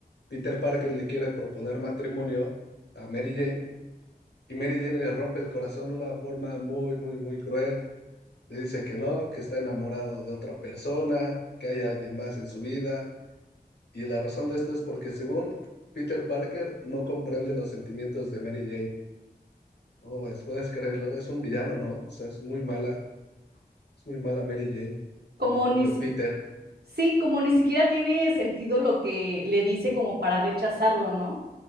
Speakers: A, on the left; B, on the right.
A: Peter Parker le quiere proponer matrimonio a Mary Jane y Mary Jane le rompe el corazón de una forma muy, muy, muy cruel. Le dice que no, que está enamorado de otra persona, que hay alguien más en su vida. Y la razón de esto es porque según Peter Parker no comprende los sentimientos de Mary Jane. No, pues, puedes creerlo, es un villano, ¿no? O sea, es muy mala, es muy mala Mary Jane con
B: Como
A: el pobre
B: ni si...
A: Peter.
B: Sí, como ni siquiera tiene sentido lo que le dice como para rechazarlo, ¿no?